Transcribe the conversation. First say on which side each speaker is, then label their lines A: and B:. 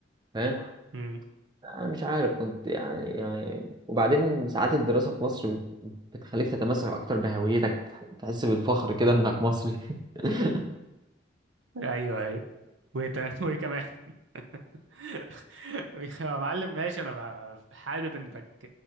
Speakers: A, on the right; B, on the right.
A: فاهم
B: م.
A: أنا مش عارف كنت يعني يعني وبعدين ساعات الدراسة في مصر بت... بتخليك تتمسك أكتر بهويتك تحس بالفخر كده إنك مصري <laughs>
B: ايوه ايوه وايه تمام وايه كمان <laughs> يا معلم ماشي انا ب- حابب انك